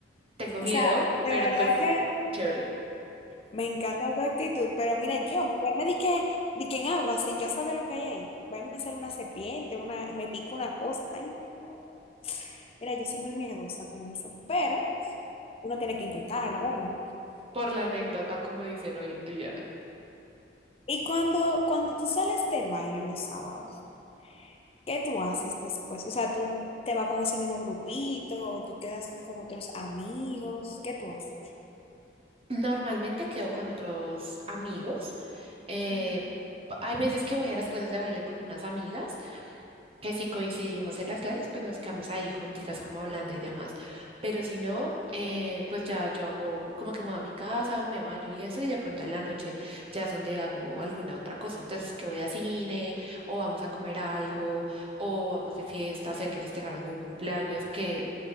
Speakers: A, on the right; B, on the left.
A: Tengo miedo,
B: O sea, de
A: pero
B: verdad
A: pues
B: que
A: chévere.
B: Me encanta tu actitud, pero mira, yo meterme di que, di que en agua sin yo saber lo que hay ahí. Va a ser una serpiente, una, me pica una cosa. Ay, no. Mira, yo soy muy miedosa con eso, pero uno tiene que intentarlo, ¿verdad?
A: Por la anécdota, como dicen hoy en día.
B: Y cuando, cuando tú sales de baile los sábados, ¿qué tú haces después? O sea, tú te vas con ese mismo grupito o tú quedas con otros amigos, ¿qué tú haces?
A: Normalmente quedo con otros amigos. eh,
B: Ujú.
A: hay veces que voy a las clases de baile con unas amigas, que si coincidimos en las clases, pues nos quedamos ahí junticas como hablando y demás. Pero si no, eh, pues ya yo hago como que me voy a mi casa, me baño y eso, y de pronto en la noche ya es donde hago alguna otra cosa. Entonces que voy a cine, o vamos a comer algo, o vamos de fiesta, si hay que festejar algún cumpleaños, que